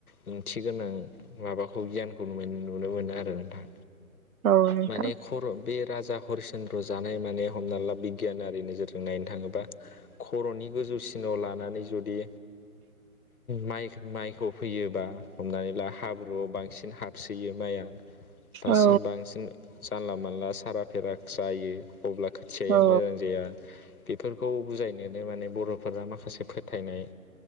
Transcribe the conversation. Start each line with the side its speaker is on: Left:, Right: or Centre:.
Left: ओंथि गोनां माबाखौ गियानखौ न नुनो मोनो आरो नोंथां।
Right: औ नोंथां
Left: माने खर' बे राजा हरिचन्द्र जानाय माने हमना ला बिगियानारि नोजोर जों नायनो थाङोबा खर'नि गोजौसिनाव लानानै जुदि माइ माइखौ फैयोबा हमनानै ला हाब ब्रुआव बांसिन हाबसोयो माइआ दा
Right: औ
Left: सोर बांसिन जानला मानला थारा फेरा जायो अब्ला खोथियाया
Right: औ
Left: मोजां जाया। बेफोरखौ बुजायनोनो माने बर'फोरा माखासे फो थायनाय